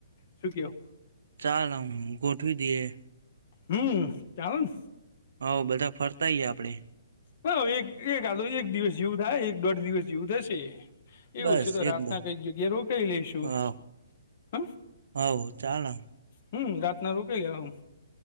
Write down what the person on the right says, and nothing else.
ચાલો ન ગોઠવી દીએ.
હવ, બધા ફરતાઈ એ આપડે.
બસ
એકદમ
હવ
હવ, ચાલ.